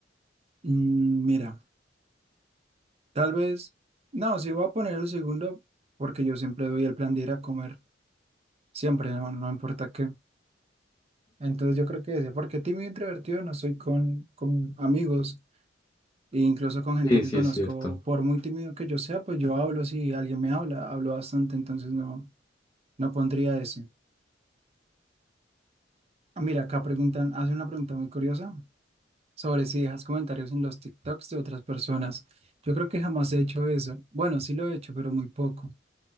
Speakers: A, on the right; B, on the left.
A: mm, mira, tal vez, no, sí voy a poner el segundo porque yo siempre doy el plan de ir a comer, siempre, no, no importa qué. Entonces yo creo que ese, porque tímido e introvertido no soy con, con amigos. E incluso con gente
B: Sí,
A: que
B: sí,
A: conozco,
B: es cierto.
A: por muy tímido que yo sea, pues yo hablo si alguien me habla, hablo bastante, entonces no, no pondría ese. Ah, Mira, acá preguntan, hace una pregunta muy curiosa sobre si dejas comentarios en los TikToks de otras personas. Yo creo que jamás he hecho eso. Bueno, sí lo he hecho, pero muy poco.